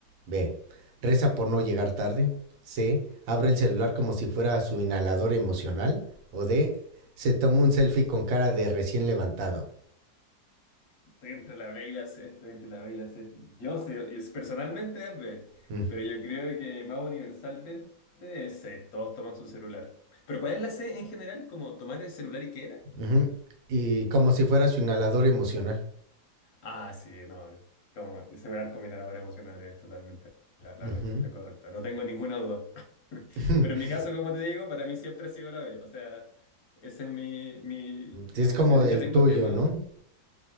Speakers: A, on the right; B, on the left.
A: B. Reza por no llegar tarde. C. Abre el celular como si fuera su inhalador emocional. O D. Se toma un selfie con cara de recién levantado.
B: estoy entre la B y la C, estoy entre la B y la C. Yo sé, es- personalmente es B,
A: <laughs>
B: pero yo creo que más universalmente es C. Todos toman su celular. ¿Pero cuál es la C en general? ¿Como tomar el celular y qué era?
A: Ujú. Y como si fuera su inhalador emocional.
B: Ah, sí, no, como ese arco minerador emocional es totalmente la, la
A: Ujú.
B: respuesta correcta, no tengo ninguna duda. <laughs>
A: <laughs>
B: Pero en mi caso, como te digo, para mí siempre ha sido la B, o sea, esa es mi, mi, mi
A: Es
B: amenaza.
A: como
B: De
A: del
B: hecho, tengo
A: tuyo,
B: temas,
A: ¿no?